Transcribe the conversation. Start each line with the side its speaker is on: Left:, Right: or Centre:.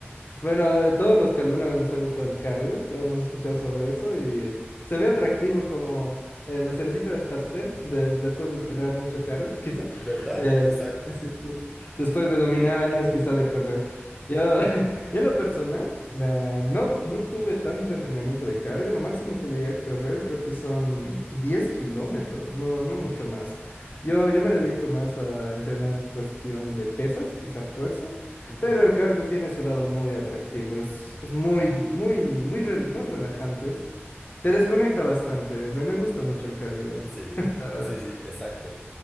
Left: Bueno, todos los que alguna vez nos ha gustado el cardio, lo hemos escuchado sobre eso y se ve atractivo como eh, la cerecita del pastel des- después de entrenar mucho cardio, <laughs> quizá.
Centre: ¿Verdad?
Left: Eh,
Centre: Exacto.
Left: sí, sí. Después de dominar
Centre: <laughs>
Left: años quizá de correr. Yo, <laughs> yo en lo personal, la- no, no tuve tanto entrenamiento de cardio. Lo máximo que llegué a correr creo que son 10 kilómetros, no, no
Centre: Ujú,
Left: mucho más. Yo, yo me dedico más a entrenar cuestión de pesas, quizá fuerza.
Centre: ujú.
Left: Pero el cardio tiene su lado muy atractivo, es, es muy, muy, muy, rel- no relajantes. Te desconecta bastante, me, me gusta mucho el cardio igual,
Centre: Sí,
Left: la verdad.
Centre: sí, sí, exacto.